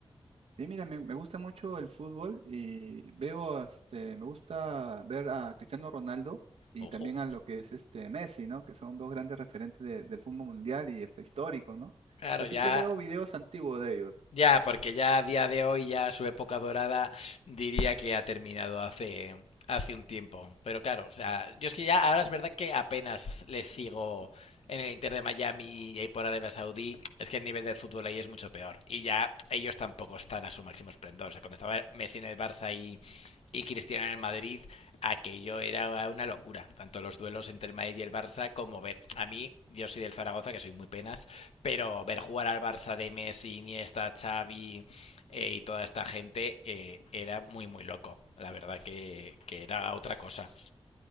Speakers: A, on the right; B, on the left.
A: Sí, mira, me, me gusta mucho el fútbol y veo, este, me gusta ver a Cristiano Ronaldo y
B: Ojo.
A: también a lo que es este Messi, ¿no? Que son dos grandes referentes de- del fútbol mundial y hasta históricos, ¿no?
B: Claro,
A: Y así
B: ya
A: que veo videos antiguos de ellos.
B: Ya, porque ya a día de hoy, ya su época dorada diría que ha terminado hace, hace un tiempo. Pero claro, o sea, yo es que ya ahora es verdad que apenas les sigo en el Inter de Miami y ahí por Arabia Saudí. Es que el nivel del fútbol ahí es mucho peor. Y ya ellos tampoco están a su máximo esplendor. O sea, cuando estaba Messi en el Barça y y Cristiano en el Madrid, aquello era una locura. Tanto los duelos entre el Madrid y el Barça como ver. A mí, yo soy del Zaragoza, que soy muy penas, pero ver jugar al Barça de Messi, Iniesta, Xavi eh, y toda esta gente eh, era muy, muy loco. La verdad que, que era otra cosa.